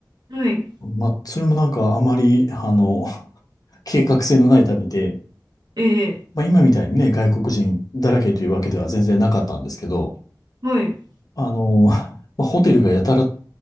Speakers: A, on the right (about 75°); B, on the left (about 60°).
A: はい。
B: まあ、それもなんかあまり、あの、<laughs> 計画性のない旅で、
A: ええ、
B: まあ、今みたいにね、外国人だらけというわけでは全然なかったんですけど、
A: はい。
B: あの、まあ、ホテルがやたら、